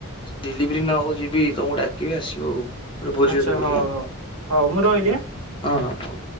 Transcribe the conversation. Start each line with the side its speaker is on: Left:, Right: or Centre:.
Left: ଡେଲିଭରି ଦିନ ଯିବି ତମକୁ ଡାକିବି ଆସିବ ଆଉ ଗୋଟେ ଭୋଜି
Right: ଆଚ୍ଛା
Left: ଭାତ କରିବା
Right: ହଉ ହଉ ହଉ ମୁଁ ରହିଲି ହାଁଏ
Left: ହଁ ହଁ ହଉ।